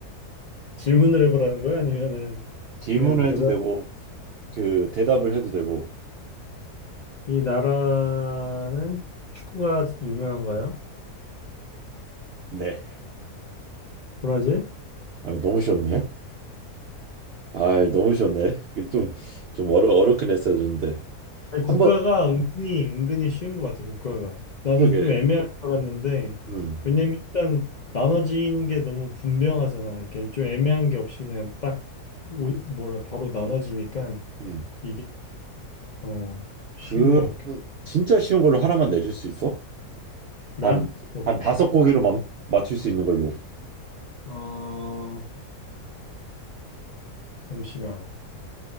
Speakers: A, on the left (about 55°); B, on the right (about 80°).
A: 질문을 해보라는 거야? 아니면은
B: 질문을
A: 그냥 대답
B: 해도 되고 그 대답을 해도 되고
A: 이 나라는 축구가 유명한가요?
B: 네
A: 브라질?
B: 아, 너무 쉬웠네 아 너무 쉬웠네 좀좀 어려 어렵긴 했어야 되는데
A: 아니, 국가가
B: 한번
A: 은근히 은근히 쉬운 것 같아. 국가가 나는
B: 그러게
A: 좀 애매할 줄 알았는데
B: 음,
A: 왜냐면 일단 나눠지는 게 너무 분명하잖아. 이렇게 좀 애매한 게 없이 그냥 딱 오- 뭐라 바로 나눠지니까
B: 음.
A: 이게 어 쉬운
B: 그러면
A: 것 같긴.
B: 진짜 쉬운 걸로 하나만 내줄 수 있어?
A: 나?
B: 한
A: 오케이.
B: 한 다섯 고개로 멈, 맞출 수 있는 걸로
A: 어 잠시만.